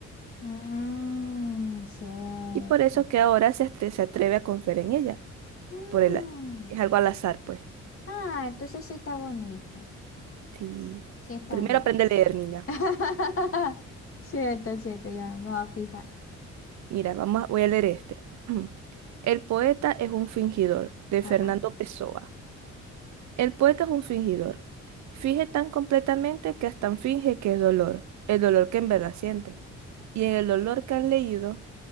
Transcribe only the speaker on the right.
Y por eso que ahora se, atre- se atreve a confiar en ella.
Por el, a- es algo al azar, pues.
Sí.
Primero
aprende a leer, niña.
Mira, vamos a- voy a leer este. <clears throat> El poeta es un fingidor, de
Fernando Pessoa. El poeta es un fingidor. Finge tan completamente que hasta finge que es dolor, el dolor que en verdad siente. Y en el dolor que han leído,